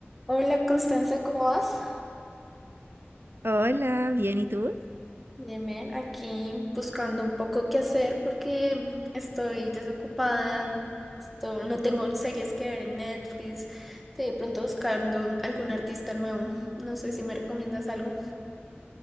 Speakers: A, in the centre; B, on the right.
A: Hola Constanza, ¿cómo vas?
B: Hola, bien, ¿y tú?
A: Bien, bien, aquí buscando un poco qué hacer porque estoy desocupada, esto- no tengo series que ver en Netflix, estoy de pronto buscando algún artista nuevo, no sé si me recomiendas algo.